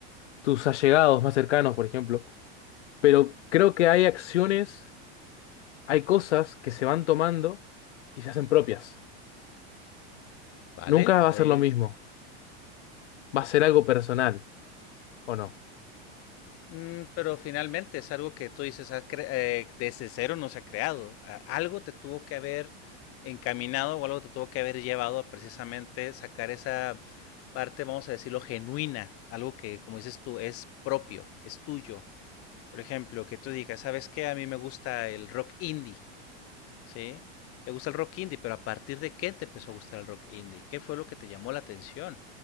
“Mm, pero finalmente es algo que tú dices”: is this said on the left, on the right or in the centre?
Left